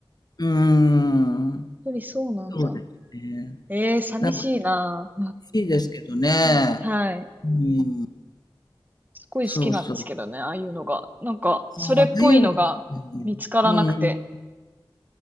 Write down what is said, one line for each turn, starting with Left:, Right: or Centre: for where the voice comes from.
Left: うん、
Right: やっぱりそうなんだ。
Left: そうですね。
Right: ええ、寂しいな。
Left: なんか欲しいですけどね。
Right: うんはい。
Left: うん。
Right: すごい好きなんですけどね、
Left: そうそう。
Right: ああいうのが。なんか、それっぽいのが見つからなくて。
Left: ああ、ああいうのですね。うんうんうん。